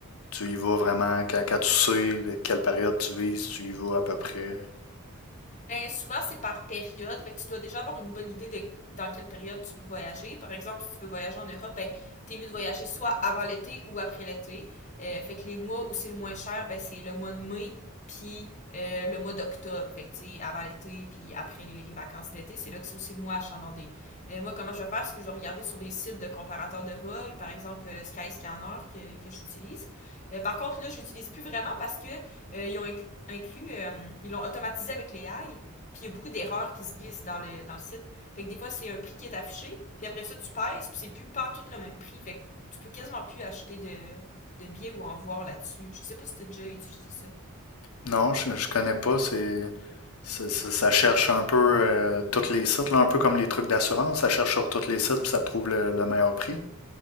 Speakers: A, on the left (about 80°); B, on the left (about 35°).
A: tu y vas vraiment quand, quand tu sais de quelle période tu vises, tu y vas à peu près?
B: Ben, souvent, c'est par période. Fait que tu dois déjà avoir une bonne idée de dans quelle période tu veux voyager. Par exemple, si tu veux voyager en Europe, ben, t'es mieux de voyager soit avant l'été ou après l'été. Euh, fait que les mois où c'est le moins cher, ben, c'est le mois de mai, puis euh, le mois d'octobre. Fait que, tu sais, avant l'été, puis après les, les vacances d'été, c'est là que c'est aussi le mois achalandé. Euh, moi, comment je vais faire? C'est que je vais regarder sur des sites de comparateurs de vols, par exemple euh, Skyscanner que, que j'utilise. Euh, par contre, là, j'utilise plus vraiment parce que euh, ils ont inclus, inclus, euh, ils l'ont automatisé avec les AI. Puis il y a beaucoup d'erreurs qui se glissent dans le, dans le site. Fait que des fois, c'est un prix qui est affiché, puis après ça, tu pèses, puis c'est plus partout le même prix. Fait que tu peux quasiment plus acheter de, de billets ou en voir là-dessus. Je sais pas si t'as déjà utilisé ça.
A: Non, je, je connais pas. C'est, ça, ça- ça cherche un peu euh, tous les sites, là, un peu comme les trucs d'assurance. Ça cherche sur tous les sites puis ça te trouve le le meilleur prix.